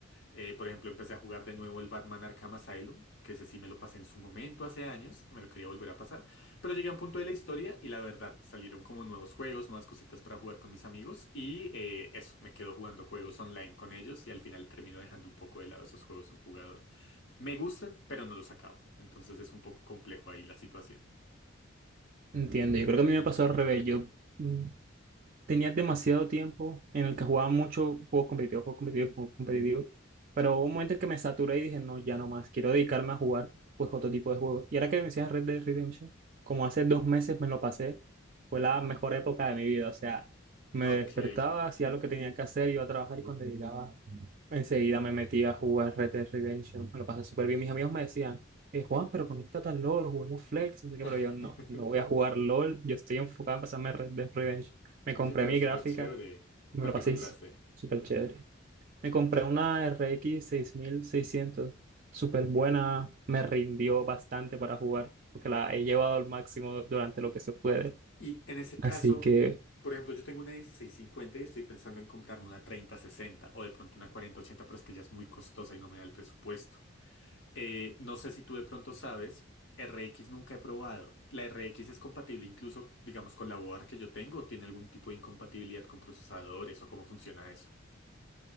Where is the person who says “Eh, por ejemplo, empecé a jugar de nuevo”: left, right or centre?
Left